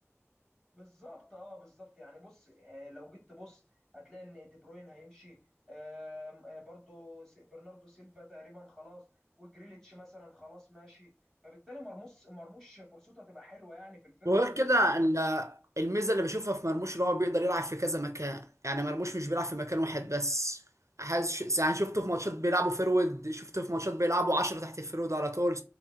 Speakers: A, in the centre; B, on the right.
A: بالظبط اه بالظبط يعني بص آه، لو جيت تبص هتلاقي ان دي بروين هيمشي آم، آه، برضو س- برناردو سيلفا تقريبا خلاص وجريليتش مثلا خلاص ماشي فبالتالي مرموش مرموش فرصته هتبقى حلوه يعني في الفرقه
B: وغير كده ال- الميزه اللي بشوفها في مرموش ان هو بيقدر يلعب في كذا مكان يعني مرموش مش بيلعب في مكان واحد بس حاسس يعني شفته في ماتشات بيلعبوا فيرود شفته في ماتشات بيلعبوا 10 تحت الفيرود على طول